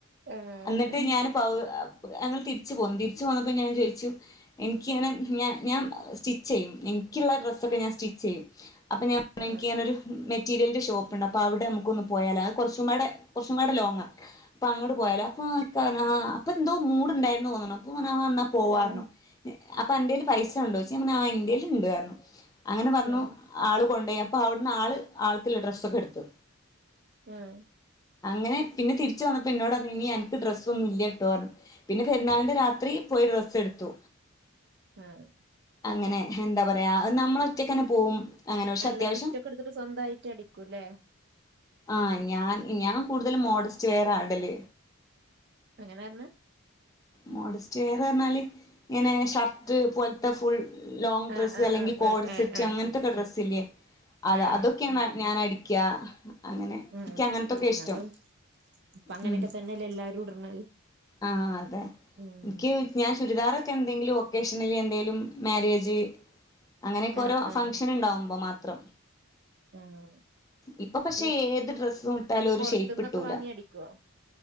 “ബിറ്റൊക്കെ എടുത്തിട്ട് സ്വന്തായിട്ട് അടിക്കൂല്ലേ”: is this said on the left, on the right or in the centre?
Right